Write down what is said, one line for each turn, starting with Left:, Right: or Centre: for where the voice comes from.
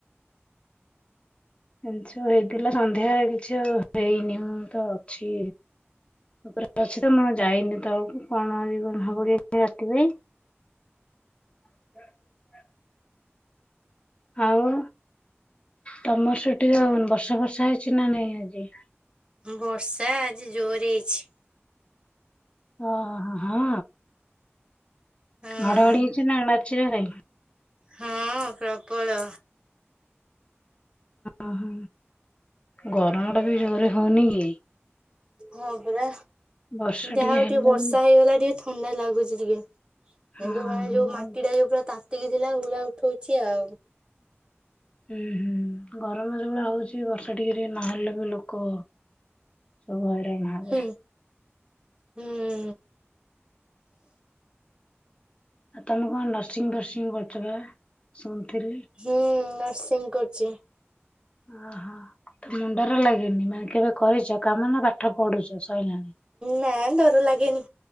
Left: ଏ ଯଉ ହେଇଥିଲା ସନ୍ଧ୍ୟା କିଛି ଆଉ ହେଇନି ମୁଁ ତ ଅଛି ତା ଉପରେ ଅଛି ତ ମୁଁ ଯାଇନି ତଳକୁ କଣ ଆଜି ହବ କି ରାତି ପାଇଁ <unintelligible> ଆଉ ତମର ସେଠି ବର୍ଷା ଫର୍ଷା ହେଇଛି ନା ନାଇଁ ଆଜି?
Right: ବର୍ଷା ଆଜି ଜୋର ହେଇଛି।
Left: ଓହୋ। ହଁ?
Right: ହଁ
Left: ଘଡ଼ଘଡ଼ି ହେଇଚି ନା ମାରିଚି ଜୋରେ?
Right: ହଁ ପ୍ରବଳ।
Left: ଓହୋ, ଗରମ ଟା ବି ଜୋରେ ହଉନି କି?
Right: ହଁ ପରା
Left: ବର୍ଷା
Right: ଯାହା ହଉ
Left: ହେଲେ
Right: ଟିକେ ବର୍ଷା
Left: ବି
Right: ହେଇଗଲା ଟିକେ ଥଣ୍ଡା ଲାଗୁଛି ଟିକେ। କିନ୍ତୁ
Left: ହଁ
Right: ମାନେ ଯୋଉ ମାଟି
Left: ଆଉ
Right: ଟା ଯୋଉ ପୁରା ତାତିକି ଥିଲା ହୁଳା ଉଠଉଚି ଆଉ।
Left: ଉଁ ହୁଁ ଗରମ ଯୋଭଳିଆ ହଉଛି ବର୍ଷା ଟିକେ ଟିକେ ନହେଲେ ବି ଲୋକ ସବୁ ହଇରାଣ ହେବେ
Right: ହୁଁ, ହୁଁ।
Left: ଆଉ ତମେ କଣ ନର୍ସିଂ ଫର୍ସିଂ କରିଚ ପା ଶୁଣିଥିଲି?
Right: ହୁଁ ନର୍ସିଂ କରୁଚି।
Left: ଓହୋ, ତମକୁ ଡର ଲାଗେନି ମାନେ କେବେ କରିଚ କାମ ନା ପାଠ ପଢୁଚ, ସଇଲାଣି?
Right: ନା ଡର ଲାଗେନି।